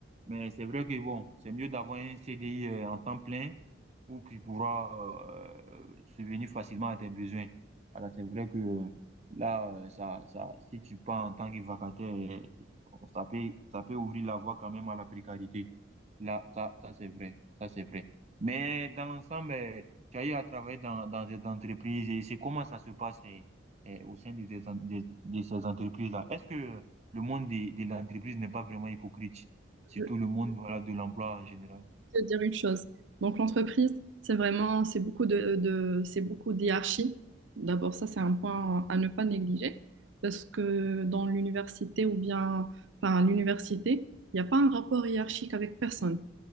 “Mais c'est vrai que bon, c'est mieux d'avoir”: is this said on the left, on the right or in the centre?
Right